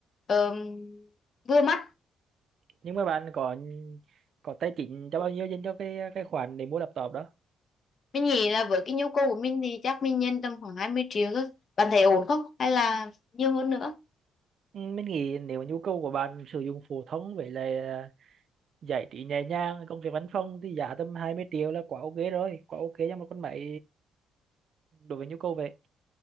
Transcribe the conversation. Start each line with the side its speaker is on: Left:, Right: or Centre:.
Left: ờm, vừa mắt
Right: nhưng mà bạn có ừ, có tài chính cho bao nhiêu dành cho cái cái khoản để mua laptop đó
Left: Mình nghĩ là với cái nhu cầu của mình thì chắc mình nhân tầm khoảng 20 triệu thôi. Bạn thấy ổn không? Hay là nhiều hơn nữa?
Right: Ừ, mình nghĩ nếu mà nhu cầu của bạn sử dụng phổ thông với lại à, giải trí nhẹ nhàng công việc văn phòng thì giá tầm 20 triệu là quá ok rồi quá ok cho một con máy đối với nhu cầu vậy